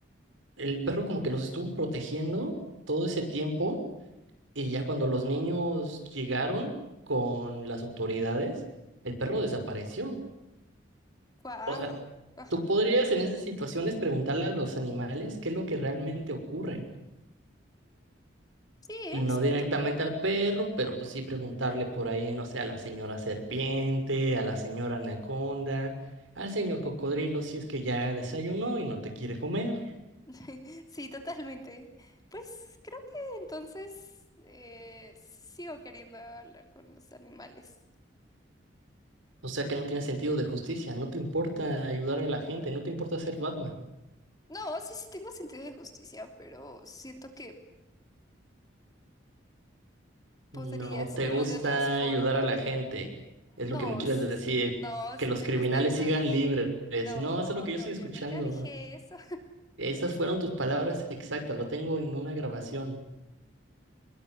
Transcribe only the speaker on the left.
Wow.
Ajá.
Sí,
exacto.
<laughs> Sí, totalmente. Pues creo que entonces eh, sigo queriendo hablar con los animales.
No, sí, sí tengo sentido de justicia, pero siento que
podría hacerlo
de otras formas.
No,
s-
no,
sí
me
gusta ayudar
a la... g-
No,
no,
yo
nunca dije eso.